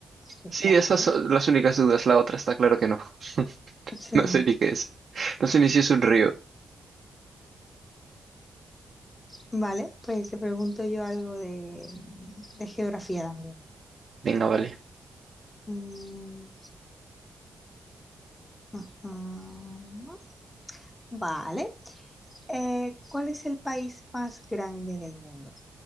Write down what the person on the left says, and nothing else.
es
largo.
Sí.
Vale, pues te pregunto yo algo de, de geografía también.
Mm, mm, mm. Vale. Eh, ¿cuál es el país más grande del mundo?